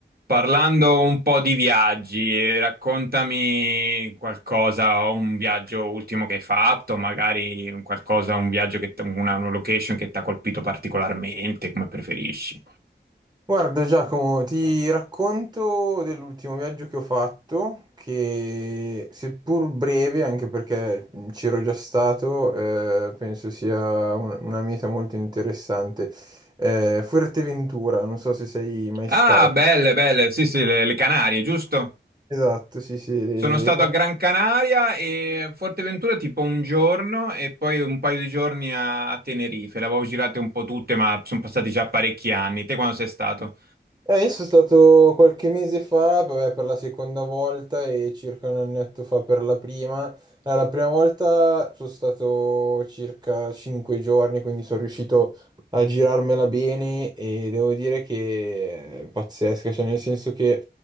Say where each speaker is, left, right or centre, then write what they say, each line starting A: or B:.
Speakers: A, on the right; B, on the right.
A: Parlando un po' di viaggi, eh, raccontami qualcosa, un viaggio ultimo che hai fatto, magari un qualcosa, un viaggio che t- una, una location che ti ha colpito particolarmente, come preferisci.
B: Guarda Giacomo, ti racconto dell'ultimo viaggio che ho fatto, che seppur breve, anche perché ci ero già stato, eh, penso sia un- una meta molto interessante. Eh, Fuerteventura, non so se sei mai stato.
A: Ah, belle, belle, sì, sì, le, le Canarie, giusto?
B: Esatto, sì, sì, le,
A: Sono stato
B: le Canarie.
A: a Gran Canaria e a Forteventura tipo un giorno e poi un paio di giorni a, a Tenerife. Le avevo girate un po' tutte, ma sono passati già parecchi anni. Te quando sei stato?
B: Eh, io sono stato qualche mese fa, vabbè, per la seconda volta e circa un annetto fa per la prima. Allora, la prima volta sono stato circa cinque giorni, quindi sono riuscito a girarmela bene e devo dire che è pazzesca, cioè nel senso che